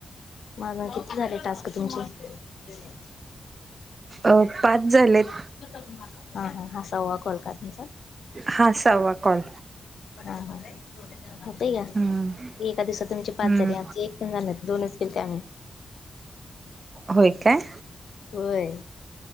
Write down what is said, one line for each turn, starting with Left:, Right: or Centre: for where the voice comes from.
Left: म आता किती झाले टास्क तुमचे? <unintelligible>
Right: अ पाच झालेत.
Left: हा हा हा सवा कॉल काय तुमचा?
Right: हा सहावा कॉल
Left: हा हा, होतय घ्या,
Right: हम्म
Left: दि एका दिवसात तुमचे पाच
Right: हम्म
Left: झाले आमचे तीन राहिल्यात दोनच केलते आम्ही.
Right: होय काय?
Left: होय.